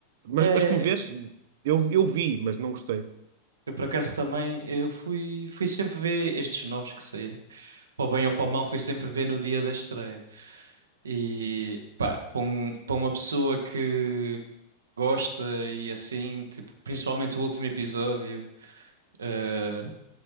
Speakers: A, on the right (about 55°); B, on the right (about 70°).
A: Mas,
B: É,
A: mas como vês, eu, eu vi, mas não gostei.
B: eu por acaso também eu fui, fui sempre ver estes novos que saíram. Para o bem ou para o mal, fui sempre ver no dia da estreia. E pá, para um- para uma pessoa que gosta e assim, tipo, principalmente o último episódio. ah,